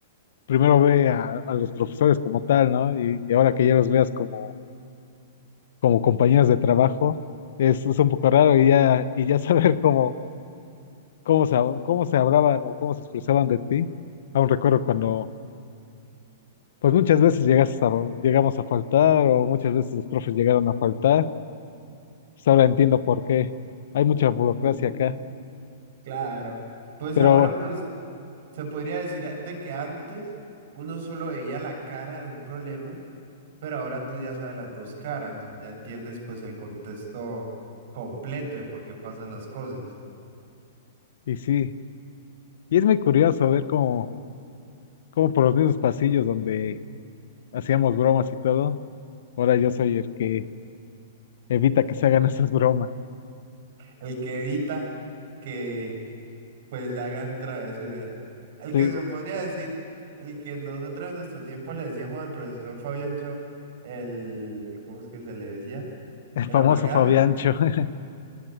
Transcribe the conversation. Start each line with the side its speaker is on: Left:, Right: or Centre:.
Left: primero ve a, a los profesores como tal, ¿no? Y, y ahora que ya los veas como, como compañeros de trabajo, es, es un poco raro y ya, y ya <laughs> saber cómo, cómo se, cómo se hablaban o cómo se expresaban de ti. Aún recuerdo cuando pues muchas veces llegas a, llegamos a faltar o muchas veces los profes llegaron a faltar. Pues ahora entiendo por qué. Hay mucha burocracia
Right: Mm,
Left: acá,
Right: claro. Pues
Left: pero,
Right: ahora pues... Se podría decir a- de que antes uno solo veía la cara de un problema, pero ahora tú ya sabes las dos caras, ya entiendes pues el contexto completo de por qué pasan las cosas.
Left: y sí, y es muy curioso ver cómo, cómo por los mismos pasillos donde hacíamos bromas y todo, ahora yo soy el que evita que se hagan <laughs> esas bromas.
Right: El que evita que pues hagan travesuras. El
Left: Sí,
Right: que se podría decir, el que nosotros en nuestro tiempo le decíamos al profesor Fabiancho el, ¿cómo es que se le decía?
Left: el
Right: El
Left: famoso
Right: amargado.
Left: Fabiancho. <laughs>